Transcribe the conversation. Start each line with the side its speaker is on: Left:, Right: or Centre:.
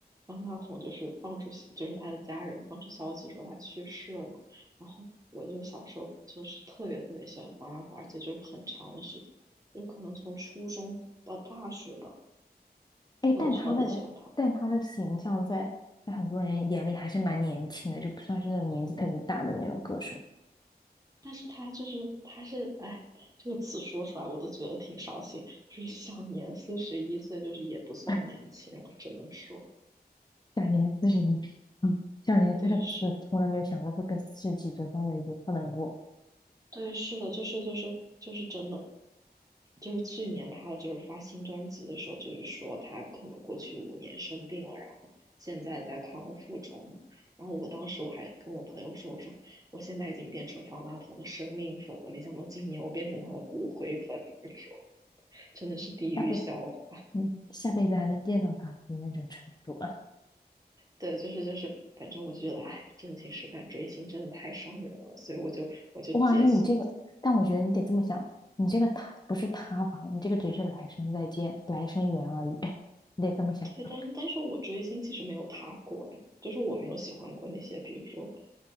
Right: 方大同就是放出就是他的家人放出消息说他去世了嘛，然后我就是小时候就是特别特别喜欢方大同，而且就是很长的时间，就可能从初中到大学吧，
Left: <laughs> 哎，
Right: 我都超级喜欢他。
Left: 但他的但他的形象在在很多人眼里还是蛮年轻的，就不算是那种年纪特别大的那种歌手。
Right: 但是他就是他是哎，这个词说出来我都觉得挺伤心，就是享年四十一岁，就是也不算年轻了，
Left: <laughs>
Right: 只能说，
Left: 享年四十一，嗯，享年这个词从来没有想过会跟四十几岁放在一起，
Right: 对，是，
Left: 不能过
Right: 对，是的，就是就是就是真的，就是去年他就是发新专辑的时候，就是说他可能过去五年生病了，然后现在在康复中，然后我当时我还跟我朋友说，我说我现在已经变成方大同的生命粉了，没想到今年我变成他的骨灰粉，你说真的是地狱笑话。
Left: 下辈，嗯，下辈子还能见到他的那种程度吧。
Right: 对，就是就是，反正我就觉得，哎，真情实感追星真的太伤人了，所以我就我就接，
Left: 哇，那你这个，但我觉得你得这么想，你这个塌不是塌房，你这个只是来生再见，来生缘而已，<laughs> 你得这么想的。
Right: 对，但但是我追星其实没有他过哎，就是我没有喜欢过那些，比如说